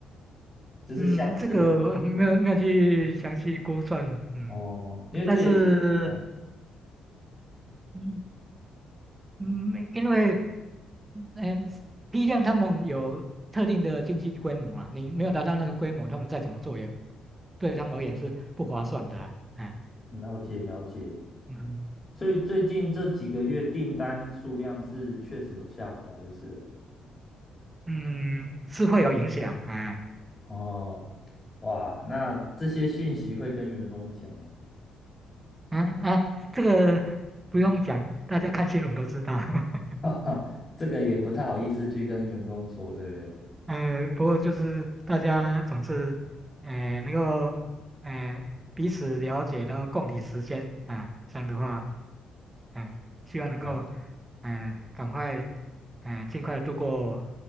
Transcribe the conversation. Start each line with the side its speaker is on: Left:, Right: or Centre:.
Left: 就是相似的
Right: 嗯，这个没有没有去详细估算，嗯，
Left: 哦。因为这也，
Right: 但是
Left: 嗯，
Right: 嗯嗯，因为呃批量他们有特定的经济规模啊，你没有达到那个规模，他们再怎么做也对他们而言是不划算的啊哎，
Left: 了解了解。
Right: 嗯
Left: 所以最近这几个月订单数量是确实有下滑，就是了
Right: 嗯，是会有影响，哎，
Left: 哦。哇，那这些讯息会跟员工讲吗？
Right: 啊啊，这个不用讲，大家看新闻都知道。<laughs>
Left: <laughs> 哈，这个也不太好意思去跟员工说，对不对？
Right: 嗯，不过就是大家总是，哎、能够，哎、彼此了解，然后共体时间啊，这样的话，哎、希望能够，
Left: 了解
Right: 哎、赶快，哎、尽快度过，